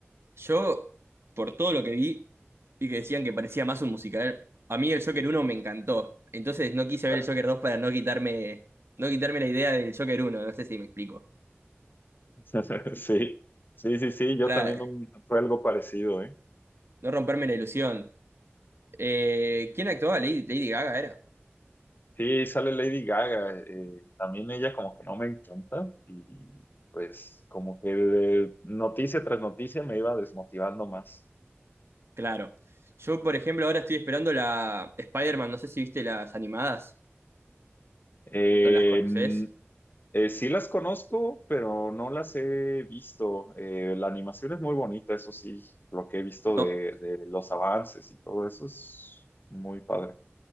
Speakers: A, on the right (about 65°); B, on the left (about 45°).
A: Yo, por todo lo que vi y que decían que parecía más un musical, a mí el Joker uno me encantó. Entonces no quise
B: Exacto.
A: ver el Joker dos para no quitarme, no quitarme la idea del Joker uno. No sé si me explico.
B: <laughs> Sí, sí, sí, sí, yo
A: Para
B: también un- fue algo parecido, ¿eh?
A: no romperme la ilusión. Eh, ¿quién actuaba? Lady, Lady Gaga era.
B: Sí, sale Lady Gaga. eh, también ella como que no me encanta y pues como que de noticia tras noticia me iba desmotivando más.
A: Claro. Yo, por ejemplo, ahora estoy esperando la Spider-Man, no sé si viste las animadas
B: Eh,
A: o las conoces.
B: mm, eh, sí las conozco, pero no las he visto. Eh, la animación es muy bonita, eso sí, lo que he visto
A: No,
B: de, de los avances y todo eso es muy padre.